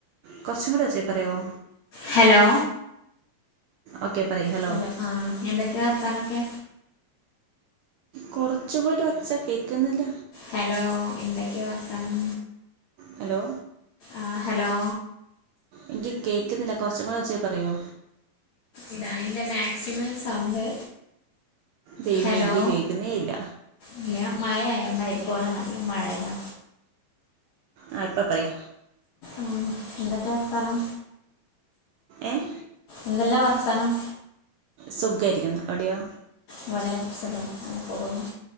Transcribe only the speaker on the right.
കുറച്ചും കൂടെ ഒച്ചയിൽ പറയുവോ
ഓക്കെ പറയ <unintelligible>
കുറച്ച് കൂടി ഒച്ച കേൾക്കുന്നില്ല
ഹലോ
എനിക്ക് കേൾക്കുന്നില്ല കുറച്ചും കൂടെ ഒച്ചയിൽ പറയോ
ദൈവമേ
എനിക്ക് കേൾക്കുന്നേ ഇല്ല
ആഹ് ഇപ്പൊ പറയ്
ഏഹ്
സുഖായിരിക്കുന്നു അവിടെയോ